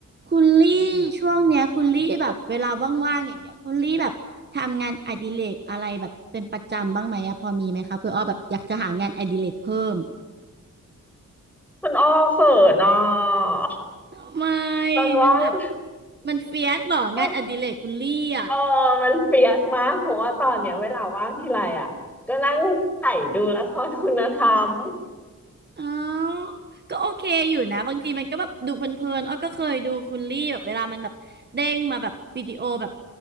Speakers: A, on the right; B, in the centre.
A: คุณลี่ช่วงเนี้ยคุณลี่แบบเวลาว่างๆอย่างเงี้ยคุณลี่แบบทำงานอดิเรกอะไรแบบเป็นประจำบ้างไหมอะพอมีไหมคะเพื่ออ้อแบบอยากจะหางานอดิเรกเพิ่ม
B: คุณอ้อเขินอ่ะ
A: ทำไม
B: ตอนว่าง
A: มันแบบ
B: <laughs>
A: มันเฟียสเหรองานอดิเรกคุณลี่อะ
B: ต้องเออมันเฟียสมากเพราะว่าตอนเนี้ยเวลาว่างทีไรอ่ะก็นั่งไถ่ดูละครคุณธรรม
A: อ้าวก็โอเคอยู่นะบางทีมันก็แบบดูเพลินๆอ้อก็เคยดูคุณลี่แบบเวลามันแบบเด้งมาแบบวิดีโอแบบ